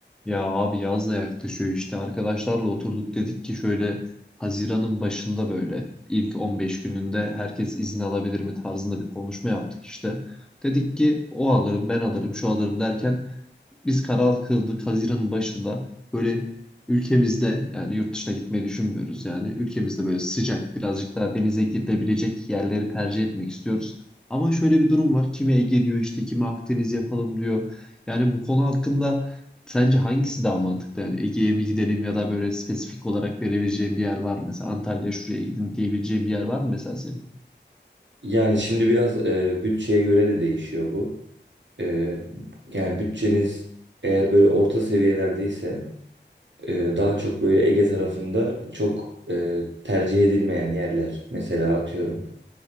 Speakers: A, in the centre; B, on the right (about 75°).
A: Ya abi yaz da yaklaşıyor işte arkadaşlarla oturduk dedik ki şöyle Haziran'ın başında böyle ilk 15 gününde herkes izin alabilir mi tarzında bir konuşma yaptık işte. Dedik ki o alırım ben alırım şu alırım derken biz karar kıldık Haziran'ın başında böyle ülkemizde yani yurt dışına gitmeyi düşünmüyoruz yani ülkemizde böyle sıcak birazcık daha denize girilebilecek yerleri tercih etmek istiyoruz. Ama şöyle bir durum var. Kimi Ege diyor işte kimi Akdeniz yapalım diyor. Yani bu konu hakkında sence hangisi daha mantıklı? Yani Ege'ye mi gidelim ya da böyle spesifik olarak verebileceğim bir yer var mı? Mesela Antalya şuraya gidin diyebileceğim bir yer var mı mesela senin?
B: Yani şimdi biraz e, bütçeye göre de değişiyor bu. E, yani bütçeniz eğer böyle orta seviyelerdeyse e, daha çok böyle Ege tarafında çok e, tercih edilmeyen yerler. Mesela atıyorum